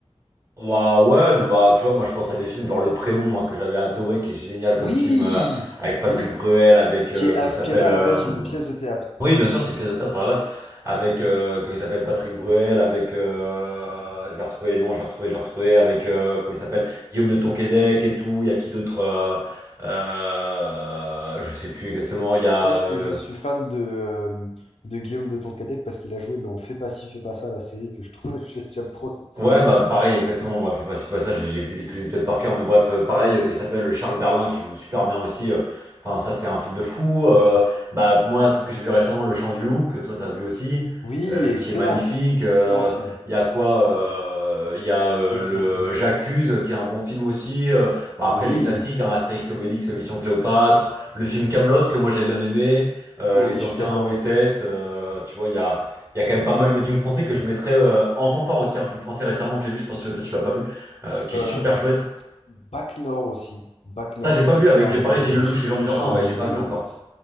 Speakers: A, on the right; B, on the left.
A: Bah ouais, non, bah tu vois, moi je pense à des films genre Le Prénom, moi, que j'avais adoré, qui est génial comme
B: Oui,
A: film euh, avec Patrick
B: oui,
A: Bruel, avec
B: qui
A: euh,
B: est
A: comment
B: inspiré
A: il s'appelle
B: à
A: euh,
B: la base d'une pièce de théâtre.
A: Oui, bien sûr, c'est une pièce de théâtre à la base, avec euh, comment il s'appelle Patrick Bruel, avec euh, je vais retrouver les noms, je vais retrouver, je vais retrouver, avec euh, comment il s'appelle Guillaume de Tonquédec et tout. Il y a qui d'autre euh, euh, Je sais plus exactement.
B: S-
A: Il y a
B: Sache
A: euh,
B: que je suis fan de, euh, de Guillaume de Tonquédec parce qu'il a joué dans Fais pas ci, fais pas ça, la série que je trouve, <laughs> j'aime trop cette série.
A: Ouais, bah pareil, exactement. Moi, fais pas si pas ça, j'ai j'ai vu les, tous les épisodes par cœur. Mais bref, euh, pareil, euh, comme il s'appelle, euh, Charles Berlin, qui joue super bien aussi. euh, Enfin, ça, c'est un film de fou. euh, bah, moi, un truc que j'ai vu récemment, Le Chant du Loup, que toi, t'as vu aussi,
B: Oui,
A: euh,
B: excellent,
A: qui est magnifique. euh,
B: excellent film,
A: Il y a quoi? euh, Il y a euh,
B: excellent
A: le
B: film.
A: J'accuse, euh, qui est un bon film aussi. euh, bah,
B: Oui,
A: après, les classiques, hein, Astérix et Obélix, euh, Mission Cléopâtre, le film Camelot que moi, j'ai bien aimé, euh,
B: oui,
A: les
B: je
A: anciens
B: suis d'accord.
A: OSS, euh, tu vois, il y a. Il y a quand même pas mal de films français que je mettrais euh, en fanfare aussi. Un film français récemment que j'ai vu, je pense que toi tu l'as pas vu, euh, qui
B: Euh,
A: est super chouette.
B: Bac Nord aussi, Bac Nord
A: Ça, j'ai
B: qui
A: pas
B: est
A: vu
B: excellent
A: avec,
B: avec
A: euh, pareil,
B: euh,
A: Gilles Lelouch
B: Gilles Lelouch
A: et Jean Dujardin.
B: et,
A: Ouais, j'ai pas vu encore.